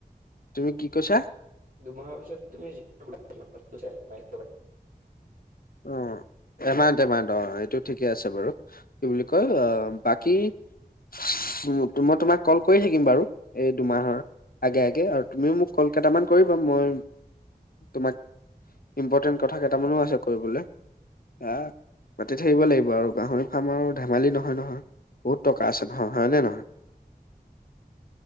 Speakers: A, on the left; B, on the right.
A: তুমি কি কৈছা?
B: দুমাহৰ পিছত তূমি <unintelligible>
A: ও' এমা-দেমা দ এইটো ঠিকে আছে বাৰু। কি
B: পাৰিম।
A: বুলি কয় অ' বাকী <unintelligible> মই তোমাক কল কৰি থাকিম বাৰু এই দুমাহৰ। আগে আগে আৰু তুমিও মোক কল কেইটামান কৰিবা মই তোমাক ইম্পৰ্টেণ্ট কথা কেইটামানো আছে কৰিবলৈ আ মাতি থাকিব লাগিব আৰু গাহৰি ফাৰ্ম আৰু ধেমালি নহয় নহয় বহুত টকা আছে, হয়নে নহয়?
B: <inaudible>